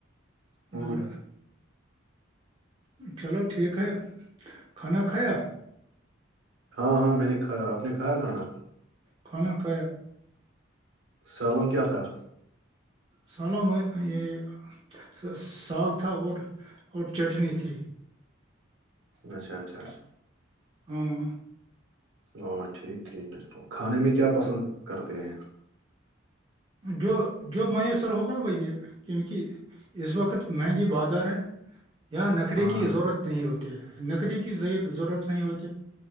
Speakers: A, on the right (about 70°); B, on the right (about 25°).
A: ہوں
B: اور چلو ٹھیک ہے کھانا کھیا
A: ہاں ہاں میں نے کایا آپ نے کھایا کھانا
B: کونا ک
A: سالن کیا تھا
B: سالہ یہ ساگ تھا اور اور چٹنی تھی
A: اچھا اچھا اچھا
B: ہاں
A: ا ٹھیک ٹھیک ہےل کھانے میں کیا پسند کرتے ہیں
B: جو جو میسر ہوگا وہی ہے کیونکہ اس وقت مہنگی بازار ہے یا نکری
A: ہاں
B: کی ضرورت نہیں ہوتی ہے نکریی کی ز ضرورت س نہیںی ہوتی ہے